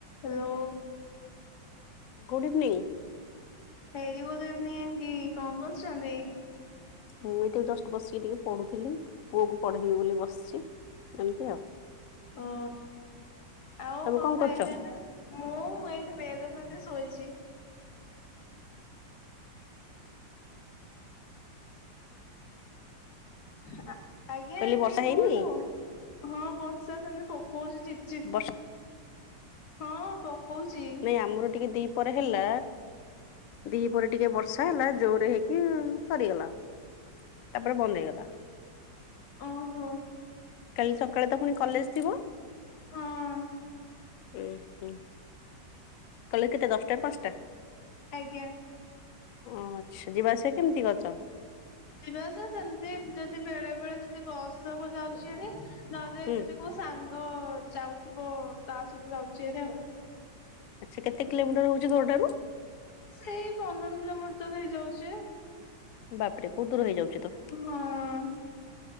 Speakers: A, on the left; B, on the left.
A: Hello.
B: Good evening.
A: Very good evening ଦି କଣ କରୁଛନ୍ତି?
B: ମୁଁ ଏଠେ ଜଷ୍ଟ୍ ବସିକି ଟିକେ ପଢୁଥିଲି ପୁଅକୁ ପଢ଼େଇବି ବୋଲି ବସଚି ଏମିତି ଆଉ।
A: ଓ ଆଉ
B: ତମେ
A: କଣ ଖାଇଲେନେ?
B: କରୁଛ
A: ମୁଁ ଏଇଠି ବେଡ଼୍ ଉପରେ ଟିକେ ଶୋଇଚି। ଆ ଆଜ୍ଞା
B: କହିଲି
A: ଆଣ୍ଟି
B: ବର୍ଷା ହେଇନି
A: କୁହନ୍ତୁ। ହଁ ବର୍ଷା ସେମତି ପକଉଚି ଝିପ୍ ଝିପ୍।
B: ବର୍ଷା
A: ହଁ ପକଉଚି।
B: ନାଇଁ ଆମର ଟିକେ ଦି ପରେ ହେଲା, ଦି ପରେ ଟିକିଏ ବ ର୍ଷା ହେଲା ଜୋରରେ ହେଇକି ସରିଗଲା, ତାପରେ ବନ୍ଦ ହେଇଗଲା।
A: ଓହୋ।
B: କାଲି ସକାଳେ ତ ପୁଣି କଲେଜ ଥିବ?
A: ହଁ।
B: ଏ ହେ। କଲେଜ କେତେ ଦଶଟାରୁ ପାଞ୍ଚଟା?
A: ଆଜ୍ଞା।
B: ଓ ଆଚ୍ଛା ଯିବା ଆସିବା କେମିତି କରୁଚ?
A: ଯିବାଆସିବା ସେମିତି ଯଦି ବେଳେବେଳେ ଯଦି ବସ ହବ ଯାଉଚି ଭାରି ନହେଲେ
B: ହୁଁ
A: ଯଦି ବ ସାଙ୍ଗ ଯାଉଥିବ ତା ସହିତ ଯାଉଛି ଭାରି ଆଉ।
B: ଆଚ୍ଛା କେତେ କିଲୋିଟର ହଉଛି ଘରଠାରୁ?
A: ସେଇ ପନ୍ଦର କିଲୋମିଟର ହେଇଯାଉଛି।
B: ବାପରେ ବହୁତ ଦୂର ହେଇଯାଉଛି ତ।
A: ହଁ।